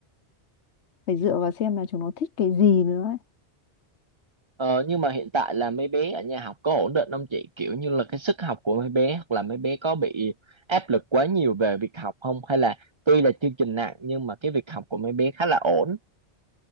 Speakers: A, on the left; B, on the right.
A: phải dựa vào xem là chúng nó thích cái gì nữa. ấy.
B: Ờ, nhưng mà hiện tại là mấy bé ở nhà học có ổn định không chị? Kiểu như là cái sức học của mấy bé hoặc là mấy bé có bị áp lực quá nhiều về việc học không? Hay là tuy là chương trình nặng nhưng mà cái việc học của mấy bé khá là ổn?